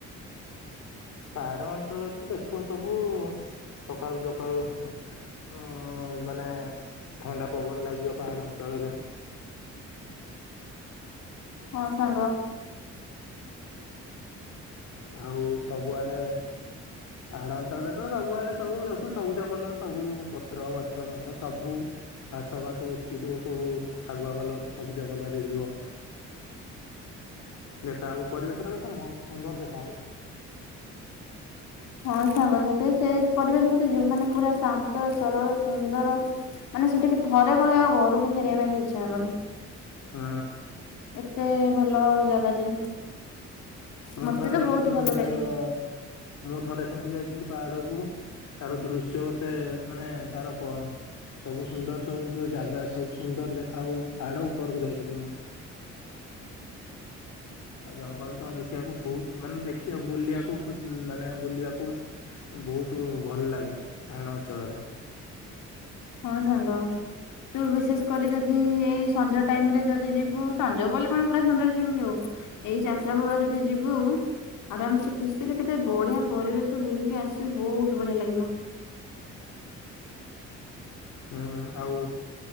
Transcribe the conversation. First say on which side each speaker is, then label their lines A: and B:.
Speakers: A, on the left; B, on the left.
A: ପାହାଡ ଅଞ୍ଚଳରେ ତ ଦେଖିବ ସବୁ ସକାଳୁ ସକାଳୁ ହୁଁ। ହଁ ମାନେ ଥଣ୍ଡା ପବନ ଲାଗିବ ପାହାଡ଼ ଅଞ୍ଚଳରେ।
B: ହଁ ସାଙ୍ଗ।
A: ଆଉ ସବୁଆଡ଼େ। ପାହାଡ ଅଞ୍ଚଳରେ ତ ସବୁଆଡେ ସବୁ ଦେଖିବୁ ସବୁଜ କଲର ସବୁ ପତ୍ର ଗଛ ମଛ ସବୁ। ଘାସ ଫାସ ଯେତିକି ଥିବ ସବୁ ଶାଗୁଆ କଲର ସବୁଜ କଲର ହେଇଯିବ। ଦେଖାହବ ପରିବେଶ ଟା କେତେ ମ ସୁନ୍ଦର ଦେଖାହବ।
B: ହଁ ସାଙ୍ଗ ସେଇଥି ପାଇଁ ସେ ପରିବେଶକୁ ତୁ ଯିବୁ ମାନେ ପୁରା ଶାନ୍ତ ସରଳ। ସୁନ୍ଦର ମାନେ ସେଠିକି ଥରେ ଗଲେ ଆଉ ଘରୁକୁ ଫେରିଆ ପାଇଁ ବି ଇଚ୍ଛା ହବନି।
A: ହୁଁ।
B: ଏତେ ଭଲ ଜାଗା ଯେ।
A: ମୁଁ
B: ମତେ
A: ଥରେ
B: ତ
A: ଯାଇଥିଲି
B: ବହୁତ ଭଲ
A: ସେମିତି
B: ଲାଗେ।
A: ଆମର ମୁଁ ଥରେ ସେମିତି ଯାଇଥିଲି ପାହାଡ଼କୁୁ ତାର ଦୃଶ୍ୟ କେତେ ମାନେ ତାର ପ ସବୁ ସୁନ୍ଦର ସବୁ <unintelligible> ଜାଗା ସବୁ ସୁନ୍ଦର ଦେଖା ହୁଏ ପାହାଡ଼ ଉପରକୁ ଯାଇଥିଲି ମୁଁ। ଆଉ ଜଙ୍ଗଲତ ଦେଖିଆକୁ ଭୋଉତ୍ ମାନେ ଦେଖିଆ ବୁଲିଆକୁ କୁ ଉଁ ମାନେ ବୁଲିବାକୁ ବୋହୁତୁ ଭଲ ଲାଗେ ପାହାଡ଼ ଅଞ୍ଚଳରେ।
B: ହଁ ସାଙ୍ଗ। ତୁ ବିଶେଷ କରି ଯଦି ଏଇ ସଞ୍ଜ ଟାଇମରେ ଯଦି ଯିବୁ ସଞ୍ଜ ବୋଲି କଣ ପୁରା ସଞ୍ଜରେ ଯିବୁକି ଆଉ ଏଇ ଚାରିଟା ବଳୁଆ ଯଦି ଯିବୁ ଆରାମସେ ଖୁସିରେ କେତେ ବଢ଼ିଆ ପରିବେଶ ବୁଲିକି ଆସିବୁ ବୋହୁତ୍ ବଢ଼ିଆ ଲାଗିବ।
A: ହୁଁଉଁ ଆଉ